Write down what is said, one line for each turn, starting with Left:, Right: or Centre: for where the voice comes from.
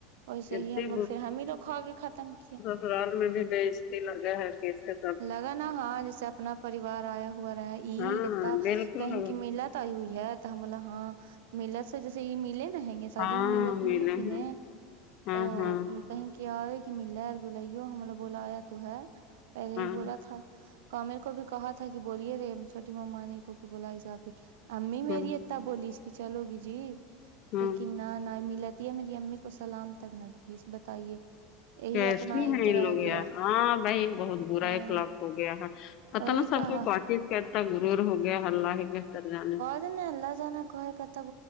Right: ویسے
Left: کتنی
Right: ہی ہم لوگ پھر ہم ہی لو کھ کے ختم کے <inaudible>
Left: سال میں بھی بیچتی لگا ہے کہ اس کا <inaudible>
Right: لگا نا ہاں جیسے اپنا پریوار آیا ہوا رہا یہ
Left: ہاں
Right: اتا
Left: ہاں بالکل
Right: <inaudible> کہیں کی میلات آئی ہوئی ہے تو ہمل ہاں میلا سے جیسے یہ ملے نا <inaudible> شادی
Left: ہاں
Right: میں ملت
Left: ملے
Right: ملی تھی
Left: ہیں
Right: ن
Left: ہاں
Right: تو
Left: ہاں
Right: کہیں <inaudible> کیا آئے کہ مل رہا ہے بلو ہم نے بولا آیا تو ہے پہلے ہی
Left: ہاں
Right: بولا تھا <inaudible> کمل کو بھی کہا تھا کہ بولیے رے چھٹی مما نے کو کہ بلاائی صاب بھی امی میری
Left: ہوں
Right: ہے <inaudible> بولیس کہ چلو گی جی
Left: ہوں
Right: لیکن نہ نہ ملا <inaudible> میری امی کو سلام تک نہ کہ بتائیے یہی
Left: کیسے
Right: اپنا
Left: ہیں
Right: ا
Left: ان
Right: رہ
Left: لوگ
Right: گیا
Left: یار
Right: <inaudible>
Left: ہاں بہن بہت برا
Right: ہاں
Left: ہے خلاق ہو گیا ہے پتا
Right: وہی
Left: نا سب
Right: کہا
Left: کو پنچی <inaudible> کہتا گرور ہو گیا حلہ ہی بتر جان <inaudible>
Right: ن ل جانا کہ کا ت